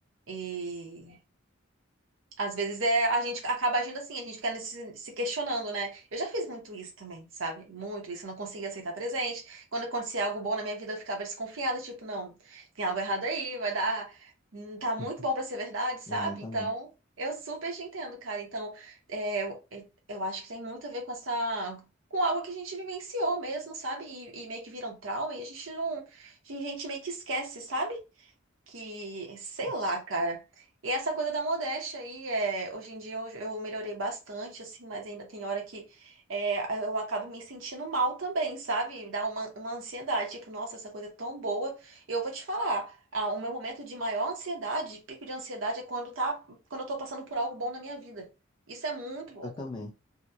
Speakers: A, on the right; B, on the left.
A: E às vezes é, a gente acaba agindo assim, a gente fica nesse- se questionando, né? Eu já fiz muito isso também, sabe? Muito isso, eu não conseguia aceitar presente. Quando acontecia algo bom na minha vida, eu ficava desconfiada, tipo, não, tem algo errado aí, vai dar, não tá muito
B: Uhum.
A: bom pra ser verdade, sabe?
B: Exatamente.
A: Então, eu super te entendo, cara. Então, é, eu, eu- eu acho que tem muito a ver com essa, com algo que a gente vivenciou mesmo, sabe? E, e meio que vira um trauma e a gente não, a gente meio que esquece, sabe? que, sei
B: Isso.
A: lá, cara. E essa coisa da modéstia aí, é, hoje em dia eu, eu melhorei bastante, assim, mas ainda tem hora que é, eu acabo me sentindo mal também, sabe? Dá uma, uma ansiedade, tipo, nossa, essa coisa é tão boa. Eu vou te falar, ah, o meu momento de maior ansiedade, pico de ansiedade, é quando tá, quando eu tô passando por algo bom na minha vida. Isso é muito louco,
B: Eu também,